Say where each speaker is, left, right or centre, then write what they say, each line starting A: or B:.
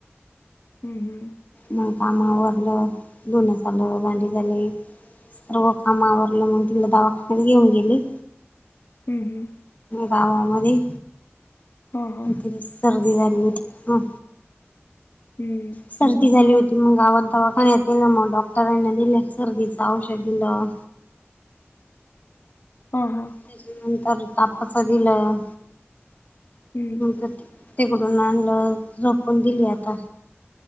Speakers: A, on the left; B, on the left.
A: हम् हम्
B: मग कामा वरलं दोनस आलं भांडी झाली. रग कामावर ल मु दिलं दवा न घेऊ गेली.
A: हम् हम्
B: गावामध्ये
A: हा हा
B: ति सर्दी झाली होती ह.
A: हम्म
B: सर्दी झाली होती मग गावात दवाखानण्यात येल मग डॉक्टरांना दिले सर्दीच औषध दिलं.
A: हम हम
B: त्याच्या नंतर तापाच दिलं
A: हम्म
B: तर तिकडून आणलं झोपून दिली आता.